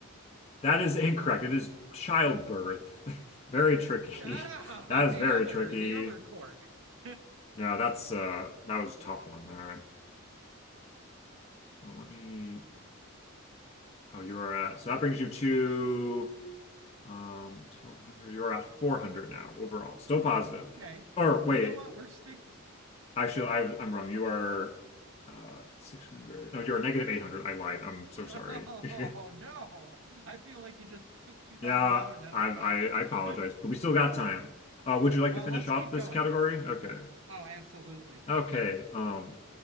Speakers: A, on the left; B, on the right.
A: That is incorrect. It is childbirth. <laughs> Very tricky.
B: Ah,
A: <laughs> That is
B: the
A: very
B: other,
A: tricky.
B: the other cork. <laughs>
A: Yeah, that's uh that was a tough one there. Oh, let me oh you are at so that brings you to um 1200. You're at 400 now overall. Still positive.
B: Okay.
A: Or wait,
B: You know what? We're stick.
A: actually I I'm wrong. You are uh 600. No, you're 800. I lied. I'm
B: <laughs>
A: so
B: Oh,
A: sorry. <laughs>
B: no. I feel like you just took $2,000
A: Yeah,
B: out
A: I,
B: of my
A: I
B: pocket.
A: I apologize,
B: <laughs>
A: but we still got time. Uh would you like
B: Well,
A: to finish
B: let's
A: off
B: keep
A: this
B: going.
A: category? Okay.
B: Oh, absolutely.
A: Okay. Um